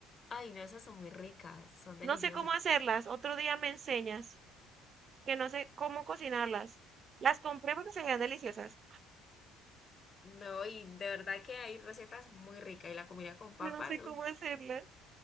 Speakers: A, on the left; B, on the right.
A: Ay, no, esas son muy ricas, son deliciosas.
B: No sé cómo hacerlas, otro día me enseñas, que no sé cómo cocinarlas. Las compré porque se veían deliciosas,
A: No, y de verdad que hay recetas muy ricas. Y la comida con
B: <laughs>
A: papas.
B: no sé
A: uf.
B: cómo hacerlas.